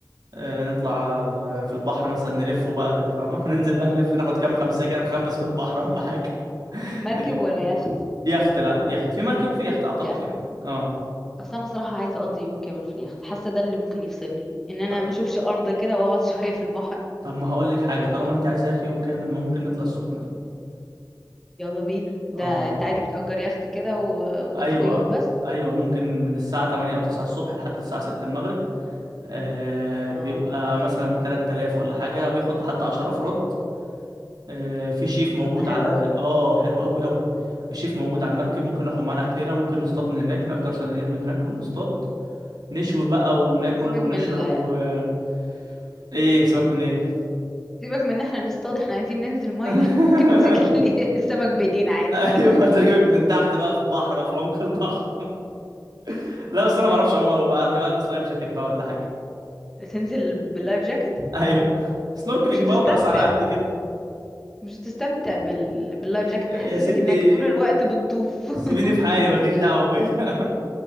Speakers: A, on the right (about 70°); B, in the centre.
A: آه، نطلع ال- في البحر مثلا نلفه بقى كده فاهمه <laughs> ننزل بقى نلف ناخد كام خمسه كده نخمس في البحر ولا حاجه <laughs>
B: مركب
A: دن-
B: ولا يخت
A: يخت لا يخت في مركب وفي يخت اعتقد
B: يخت.
A: يعني اه
B: اصل انا صراحه عايزه اقضي يوم كامل في اليخت حاسه ده اللي ممكن يفصلني ان انا
A: ط-
B: ما اشوفش ارض كده واقعد <laughs> شويه في البحر
A: طب ما هقول لك حاجه طالما انت عايز يا اخي يوم كامل ممكن نطلع السخنه
B: يلا بينا ده
A: اه
B: انت عادي بتأجر يخت كده و...
A: ايوه
B: وتاخده يوم بس
A: ايوه ممكن من الساعه 8 او 9 الصبح لحد الساعه 6 المغرب آه بيبقى
B: اه
A: مثلا ب 3000 ولا حاجه بياخد لحد 10 افراد آه في شيف موجود
B: طب ده حلو
A: على
B: قوي
A: ال... اه حلو قوي قوي في شيف موجود على المركب ممكن ناخد معانا اكلنا ممكن نصطاد من هناك نأجر سنانير من هناك ونصطاد نشوي بقى وناكل
B: سيبك
A: ونشرب
B: من ال...
A: و <laughs> ايه سيبك من ايه
B: سيبك من ان احنا نصطاد احنا عايزين ننزل ميه
A: <laughs>
B: <laughs> ممكن نمسك ال- السمك بايدينا عادي
A: ايوه هنزل اجيبك من تحت بقى في البحر بقى في عمق البحر <laughs> لا بس انا
B: <laughs>
A: ما اعرفش اعوم قوي بقى أركب- البس لايف جاكيت بقى ولا حاجه
B: تنزل باللايف جاكيت
A: ايوه سنوركلينج
B: مش هتستمتع
A: بقى وخلاص على قد كده
B: مش هتستمتع بال... باللايف جاكيت
A: يا
B: بيحسسك
A: يا ستي
B: انك طول الوقت بتطوف <laughs>
A: سيبيني في حالي مالكيش دعوه بيا